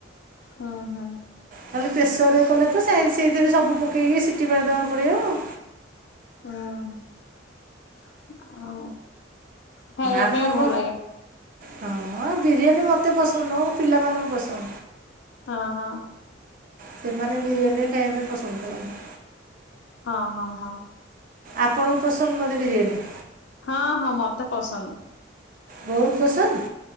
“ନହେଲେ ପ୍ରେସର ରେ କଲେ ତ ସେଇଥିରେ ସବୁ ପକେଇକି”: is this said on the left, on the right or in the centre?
Right